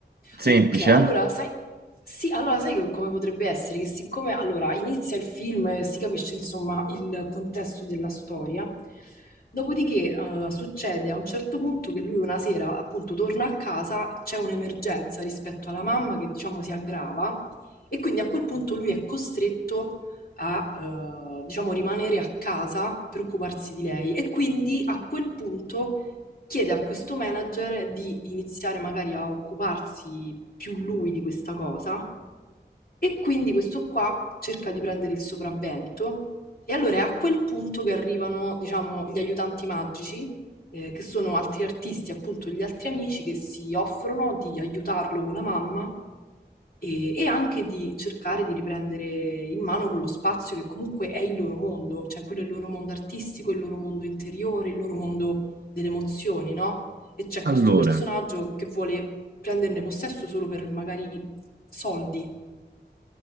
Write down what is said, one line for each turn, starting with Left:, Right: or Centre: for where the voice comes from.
Right: semplici.
Left: ok, allora
Right: eh.
Left: sai, sì, allora sai come potrebbe essere che siccome allora inizia il film e si capisce insomma il contesto della storia, dopodiché eh, succede a un certo punto che lui una sera appunto torna a casa, c'è un'emergenza rispetto alla mamma che diciamo si aggrava e quindi a quel punto lui è costretto a eh, diciamo rimanere a casa per occuparsi di lei e quindi a quel punto chiede a questo manager di iniziare magari a occuparsi più lui di questa cosa e quindi questo qua cerca di prendere il sopravvento e allora è a quel punto che arrivano, diciamo, gli aiutanti magici, eh, che sono altri artisti, appunto gli altri amici che si offrono di aiutarlo con la mamma e, e anche di cercare di riprendere in mano quello spazio che comunque è il loro mondo, cioè quello è il loro mondo artistico, il loro mondo interiore, il loro mondo delle emozioni, no? E c'è
Right: Allora.
Left: questo personaggio che vuole prenderne possesso solo per magari soldi.